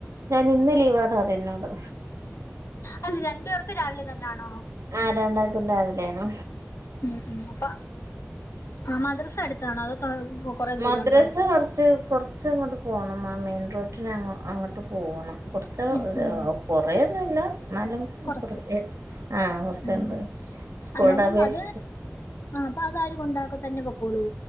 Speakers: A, on the right; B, on the left.
A: ഞാൻ ഇന്ന് ലീവാണ് അറ എന്നോട്
B: അല്ല രണ്ടു പേർക്ക് രാവിലെ തന്നൊണോ
A: ആഹ് രണ്ടാക്കും രാവിലെയണോ
B: ഉം ഉം അപ്പൊ ആ മദ്രസ അടുത്താണോ അതോ കൊറേ ദൂരം
A: മദ്രസ
B: ഉണ്ടോ
A: കുറച്ച് കൊറ കുറച്ചങ്ങോട്ട് പോകണം ആ മെയിൻ റോട്ടന്ങ് അങ്ങോട്ട് പോകണം കുറച്ച്
B: ഉം ഉം
A: കുറേയൊന്നുല്ല എന്നാലും
B: കൊറച്ച്
A: കുറച്ച് ആഹ് കുറച്ചുണ്ട്
B: ഉം
A: സ്കൂളുടെ
B: അന്നേരം
A: അപേക്ഷിച്ച്
B: അത് ആഹ് അപ്പ അതാരും കൊണ്ടാക്ക തന്നെ പൊക്കോളൂ